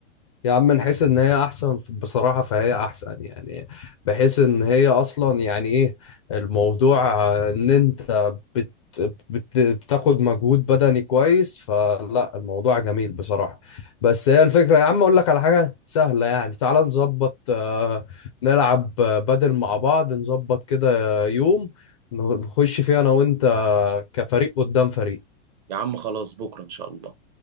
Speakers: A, on the left (about 25°); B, on the right (about 35°).
A: يا عم نحس ان هي احسن ف- بصراحة فهي احسن يعني بحيث ان هي اصلا يعني ايه الموضوع آه، ان انت بت بت- بتاخد مجهود بدني كويس فلا الموضوع جميل بصراحة بس هي الفكرة يا عم اقول لك على حاجة سهلة يعني تعال نظبط آه، نلعب آه، بدل مع بعض نظبط كده يوم نخش فيه انا وانت كفريق قدام فريق
B: يا عم خلاص بكرة ان شاء الله